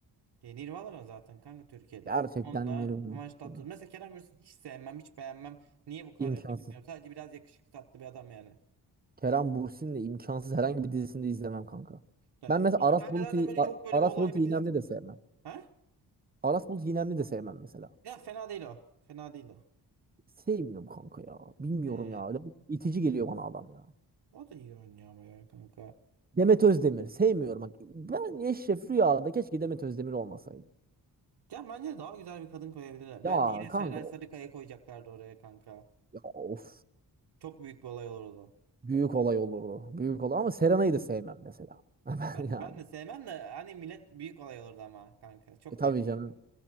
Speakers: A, on the right; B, on the right.
A: E, Nirvana zaten kanka Türkiye'de
B: Gerçekten
A: o. Onunla
B: derim
A: Kıvanç
B: bunu.
A: Tatlıtuğ.
B: Ya.
A: Mesela Kerem Bürsin hiç sevmem, hiç beğenmem. Niye bu kadar
B: İmkansız.
A: ünlü bilmiyorum. Sadece biraz yakışıklı tatlı bir adam yani.
B: Kerem Bürsin'le imkansız herhangi bir dizisinde izlemem kanka.
A: Ya,
B: Ben mesela
A: hiç
B: Aras
A: kanka
B: Bulut'u
A: zaten böyle
B: Ar-
A: çok böyle
B: Aras
A: bir olay
B: Bulut
A: bir
B: İynemli
A: dizi.
B: de sevmem.
A: Ha?
B: Aras Bulut İynemli de sevmem mesela.
A: Ya fena değil o. Fena değil o.
B: Sevmiyorum kanka ya. Bilmiyorum
A: E,
B: ya. Adam İtici geliyor bana adam ya.
A: o da iyi oynuyor ama ya kanka.
B: Demet Özdemir. Sevmiyorum. Bak, ben Eşref Rüya'da keşke Demet Özdemir olmasaydı.
A: Ya bence daha güzel bir kadın koyabilirler.
B: Ya
A: Bence yine Serenay
B: kanka
A: Sarıkaya koyacaklardı oraya kanka.
B: ya of.
A: Çok büyük bir olay olurdu.
B: Büyük olay olurdu. Büyük olay ama Serenay'ı da sevmem mesela. <laughs>
A: Ben,
B: Yani.
A: ben de sevmem de hani millet büyük olay olurdu ama kanka. Çok
B: E tabii
A: büyük olay
B: canım.
A: olurdu.